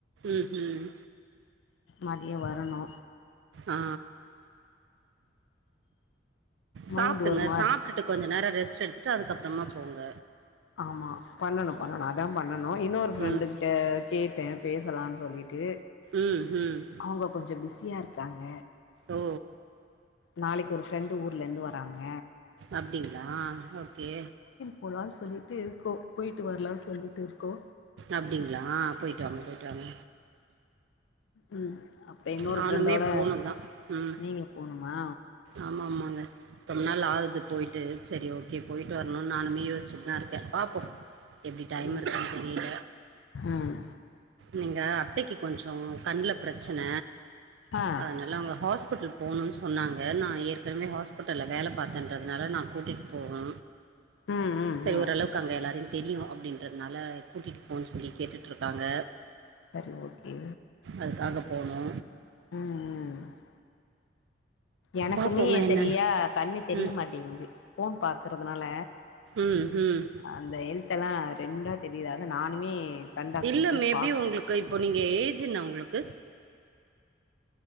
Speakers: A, on the right; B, on the left.
A: ம்ஹூம்
B: மதியோ வரணு
A: ஆ சாப்டுங்க
B: மைண்ட் ஒரு மாரி
A: சாப்டுட் கொஞ்ச நேரோ ரெஸ்ட் எடுத்துட்டு அதுக்கப்பறமா போங்க
B: ஆமா பண்ணணும் பண்ணணு அதா பண்ணணு இன்னொரு ஃப்ரெண்டு
A: ம்
B: கிட்ட கேட்டே பேசலான் சொல்லிட்டு
A: ம் ம்
B: அவுங்க கொஞ்சோ பிஸியாக இருக்காங்க
A: ஓ
B: நாளைக்கு ஒரு ஃப்ரெண்டு் ஊர்ல இருந்து வராங்க
A: அப்டிங்ளா ஓகே
B: இப்பதா சொல்லிட்டு இருக்கோ போயிட்டு வரலானு சொல்லிட்டு இருக்கோ
A: அப்டிங்ளா போயிட்டு வாங்க போயிட்டு வாங்க
B: ம் அப்ப இன்னொரு
A: நானுமே
B: ஃப்ரெண்டோட
A: போணுந்தா ம்
B: நீங்களு போணுமா
A: ஆமா ஆமாங்க ரொம்ப நாள் ஆகுது போயிட்டு செரி ஓகே போயிட்டு வர ம் நானுமே யோசிச்சட்டு தா இருக்க பாப்போ எப்டி டைம்
B: ம்
A: இருக்ககான் தெரில
B: ம்
A: நீங்க அத்தைக்கு கொஞ்சோ கண்ல பிரச்சன
B: ஆ
A: அதனால அவுங்க ஹாஸ்பிட்டல் போகணு சொன்னாங் க நா ஏற்கனவே ஹாஸ்பிட்டல்ல வேல பார்த்தன்றதுனால நா கூட்டிட்டு போகுனு
B: ம் ம்
A: செரி
B: ம்
A: ஓரளவுக் கு அங்க எல்லாரையு தெரியு அப்டின்றதுனால கூட்டிட்டு போ சொல்லி கேட்டுட்டு இருக்காங்க
B: செரி ஓகே
A: அதுக்காக போனோ
B: ம் ம் எனக்குமே
A: பார்ப்போங்க என்னன்னு
B: செரியா கண்ணு தெரிய
A: ம்
B: மாட்டிங்குது போன் பாக்குறதுனால
A: ம் ம்
B: அந்த எழுத்தெல்லா ரெண்டா தெரியுது அது நானுமே கண் டாக்டர்
A: இல்ல
B: போய்
A: மேபி
B: பா
A: உங்களுக்கு இப்போ நீங்க ஏஜ் என்ன உங்களுக்கு